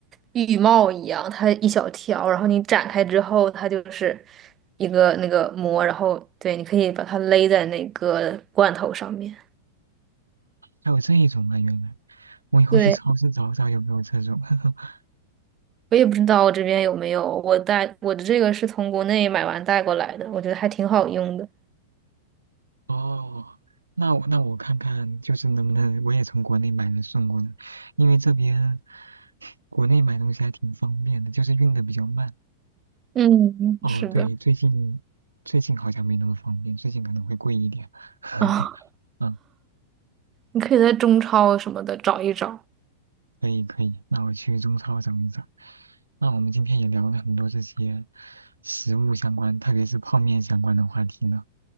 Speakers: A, on the right (about 25°); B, on the right (about 80°).
A: 浴帽一样，它一小条，然后你展开之后，它就是一个那个膜，然后对，你可以把它勒在那个罐头上面。
B: 还有这一种啊，原来我以后去超市找找有没有这种。
A: 对，
B: <laughs>
A: 我也不知道我这边有没有，我带我的这个是从国内买完带过来的，我觉得还挺好用的。
B: 哦，那我那我看看，就是能不能我也从国内买了送过来，因为这边国内买东西还挺方便的，就是运的比较慢。
A: 嗯，
B: 哦，
A: 是的。
B: 对，最近最近好像没那么方便，最近可能会贵一点。<laughs>
A: <laughs> 啊。
B: 嗯，
A: 你可以在中超什么的找一找。
B: 可以可以，那我去中超找一找。那我们今天也聊了很多这些食物相关，特别是泡面相关的话题呢。